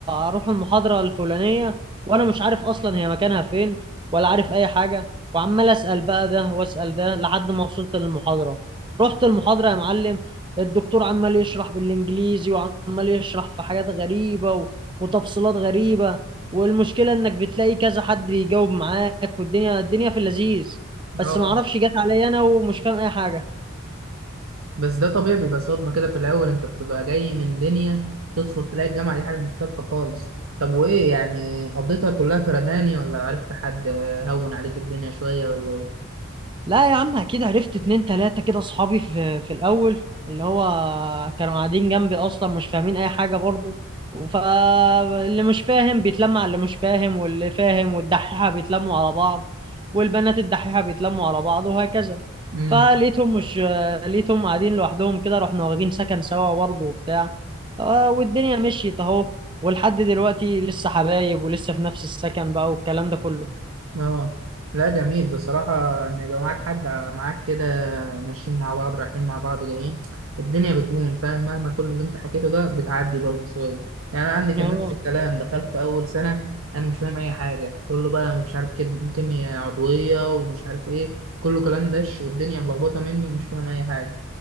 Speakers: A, on the right; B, on the right.
A: أروح المحاضرة الفلانية وأنا مش عارف أصلا هي مكانها فين ولا عارف أي حاجة وعمال أسأل بقى ده وأسأل ده لحد ما وصلت للمحاضرة رحت المحاضرة يا معلم الدكتور عمال يشرح بالإنجليزي وعمال يشرح في حاجات غريبة و... وتفصيلات غريبة والمشكلة انك بتلاقي كذا حد بيجاوب معاك والدنيا الدنيا في اللذيذ
B: اه
A: بس ما اعرفش جت عليا انا ومش فاهم اي حاجه
B: بس ده طبيعي بيبقى صدمه كده في الاول انت بتبقى جاي من دنيا تدخل تلاقي الجامعه دي حاجه مختلفه خالص طب وايه يعني قضيتها كلها فرداني ولا عرفت حد هون عليك الدنيا شويه ولا
A: لا يا عم اكيد عرفت اتنين تلاته كده اصحابي في في الاول اللي هو كانوا قاعدين جنبي اصلا مش فاهمين اي حاجه برضو فاللي مش فاهم بيتلم على اللي مش فاهم واللي فاهم والدحيحه بيتلموا على بعض والبنات الدحيحه بيتلموا على بعض وهكذا
B: ايه
A: فلقيتهم مش آه، لقيتهم قاعدين لوحدهم كده رحنا واخدين سكن سوا برضه وبتاع آه، والدنيا مشيت اهو ولحد دلوقتي لسه حبايب ولسه في نفس السكن بقى والكلام ده كله
B: اه لا جميل بصراحة إن يبقى معاك حد معاك كده ماشيين مع بعض رايحين مع بعض جايين الدنيا بتهون فاهم مهما كل اللي أنت حكيته ده بتعدي برضه شوية يعني أنا عندي
A: اه
B: كان نفس الكلام دخلت أول سنة أنا مش فاهم أي حاجة كله بقى مش عارف كده كيمياء عضوية ومش عارف إيه كله كلام دش والدنيا ملخبطة مني ومش فاهم أي حاجة